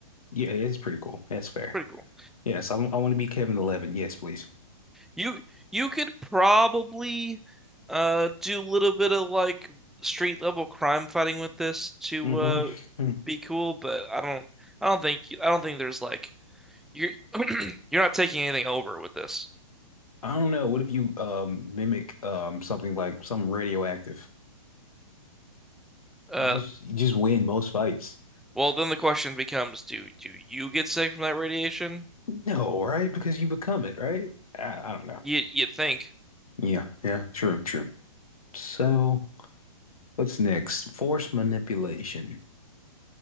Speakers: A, on the left; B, in the centre.
A: Yeah, it's pretty cool. That's fair.
B: It's pretty cool.
A: Yes, I, I want to be Kevin 11. Yes, please.
B: You you could probably uh do a little bit of like street level crime fighting with this to
A: Mm-hmm.
B: uh
A: <laughs>
B: be cool, but I don't I don't think I don't think there's like You're <clears throat> you're not taking anything over with this.
A: I don't know. What if you um mimic um something like something radioactive?
B: Uh,
A: You just you just win most fights.
B: well, then the question becomes, do do you get sick from that radiation?
A: No, right? Because you become it, right? I, I don't know.
B: You you'd think.
A: Yeah, yeah, true, true. So, what's next? Force manipulation.